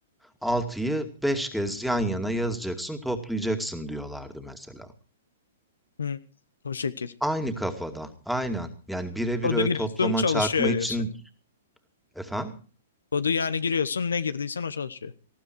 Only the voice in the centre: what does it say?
6'yı 5 kez yan yana yazacaksın, toplayacaksın diyorlardı mesela.
Aynı kafada, aynen. Yani birebir
öyle
toplama
çarpma için
efendim.